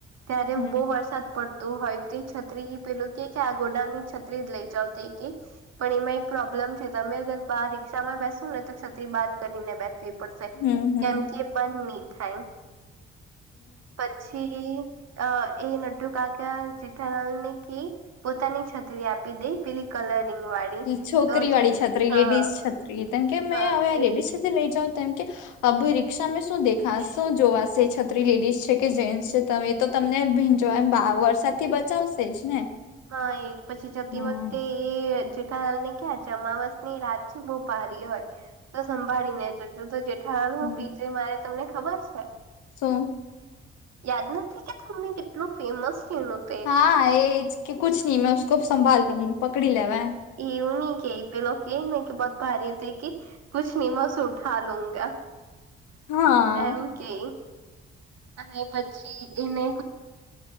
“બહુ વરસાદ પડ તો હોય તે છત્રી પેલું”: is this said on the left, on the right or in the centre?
Right